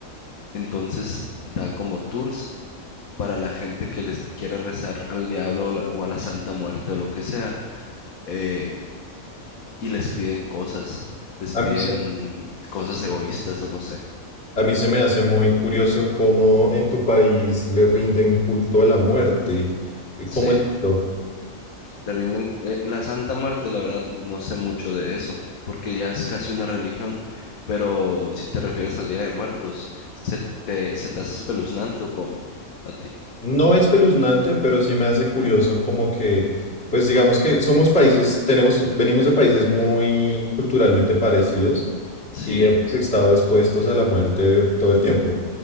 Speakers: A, on the left; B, on the left.
A: Entonces da como tours para la gente que les quiere rezar al diablo o la- o a la Santa Muerte o lo que sea, eh, y les piden cosas, les
B: A
A: piden
B: mí se,
A: cosas
B: sí.
A: egoístas o no sé.
B: A mí se me hace muy curioso cómo en tu país le rinden culto a la muerte. Eh,
A: Sí,
B: ¿Cómo es esto?
A: le rinden... eh, la Santa Muerte, la verdad, no sé mucho de eso, porque ya es casi una religión, pero si te refieres al Día de Muertos, ¿se te, se te hace espeluznante o cómo? A ti.
B: No es espeluznante, pero sí me hace curioso como que, pues digamos que somos países, tenemos, venimos de países muy culturalmente parecidos
A: Sí.
B: y Ujú. hemos estado expuestos a la muerte todo el tiempo.